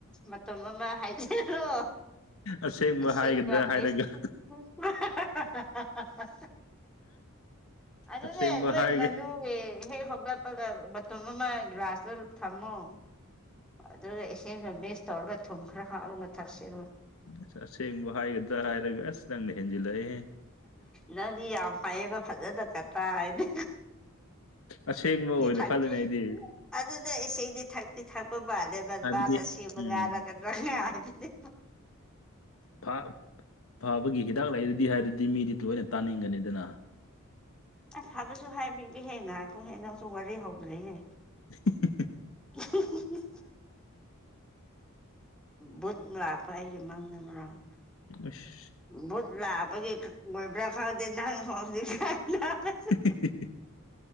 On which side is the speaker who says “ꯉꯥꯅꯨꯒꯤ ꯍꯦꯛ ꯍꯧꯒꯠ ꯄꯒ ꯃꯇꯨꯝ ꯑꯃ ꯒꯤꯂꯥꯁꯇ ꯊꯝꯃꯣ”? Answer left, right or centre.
Centre